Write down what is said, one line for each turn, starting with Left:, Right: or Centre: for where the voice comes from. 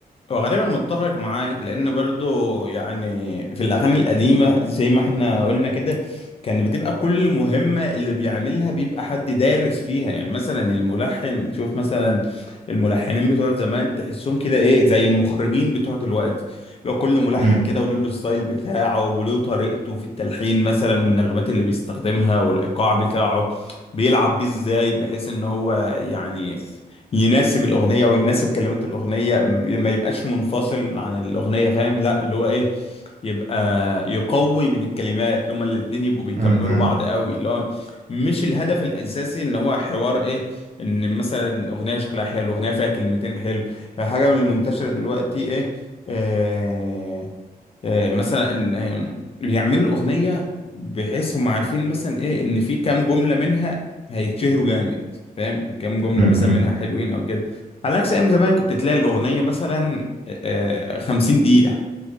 Left: هو غالبا متفق معاك لان برضو يعني في الاغاني القديمه زي ما احنا قلنا كده كان بتبقى كل مهمه اللي بيعملها بيبقى حد دارس فيها يعني مثلا الملحن شوف مثلا الملحنين بتوع زمان تحسهم كده ايه زي المخرجين بتوع دلوقتي لو كل ملحن
Right: مم،
Left: كده وله الستايل بتاعه وله طريقته في التلحين مثلا والنغمات اللي بيستخدمها والايقاع بتاعه بيلعب بيه ازاي بحيث ان هو يعني يناسب الاغنيه ويناسب كلمات الاغنيه م- ما يبقاش منفصل عن الاغنيه فاهم لا اللي هو ايه يبقى يقوي من الكلمات اللي هما الاتنين يبقوا بيكملوا
Right: مم، مم،
Left: بعض قوي اللي هو مش الهدف الاساسي ان هو حوار ايه ان مثلا اغنيه شكلها حلو اغنيه فيها كلمتين حلو حاجه من اللي منتشره دلوقتي ايه آه آه مثلا ان آه، بيعملوا الاغنيه بحيث هم عارفين مثلا ايه ان في كام جمله منها هيتشهروا جامد فاهم كام جملة
Right: مم،
Left: مثلا
Right: مم.
Left: منها حلوين أو كده على عكس أيام زمان كنت تلاقي الأغنية مثلا آه، خمسين دقيقة